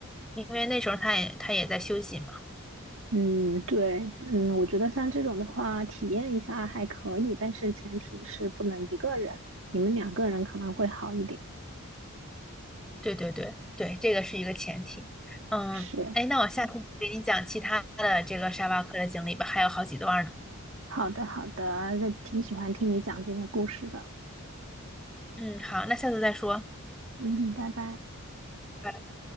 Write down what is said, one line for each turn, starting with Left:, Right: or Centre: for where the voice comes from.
Centre: 因为那时候他也他也在休息嘛。
Right: 嗯，对，嗯，我觉得像这种的话，体验一下还可以，但是前提是不能一个人，你们两个人可能会好一点。
Centre: 对对对对，这个是一个前提。嗯，
Right: 是，
Centre: 哎，那我下次给你讲其他的这个沙巴克的经历吧，还有好几段呢。
Right: 好的，好的，那挺喜欢听你讲这些故事的。
Centre: 嗯，好，那下次再说。
Right: 嗯，拜拜。
Centre: 拜拜。